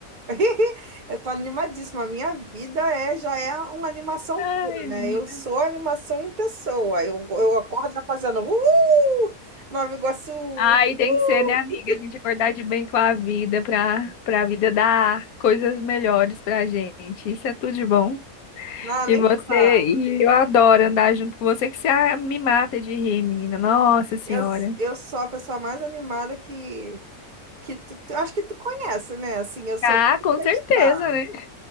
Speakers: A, on the right (about 60°); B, on the left (about 80°).
A: <laughs> eu tô animadíssima. A minha vida é, já é uma animação
B: Ai,
A: pura, né?
B: menina.
A: Eu sou animação em pessoa. Eu, eu acordo já fazendo uhul! Nova Iguaçu!
B: Ai, tem
A: Uhul!
B: que ser, né, amiga? A gente acordar de bem com a vida pra, pra vida dar coisas melhores pra gente. Isso é tudo de bom.
A: Não,
B: E
A: nem
B: você,
A: fala.
B: e eu adoro andar junto com você, que você ah, me mata de rir, menina. Nossa Senhora.
A: Eu, eu sou a pessoa mais animada que, que tu, tu- acho que tu conhece, né? Assim, eu sou
B: Ah,
A: muito
B: com certeza,
A: estrada.
B: né?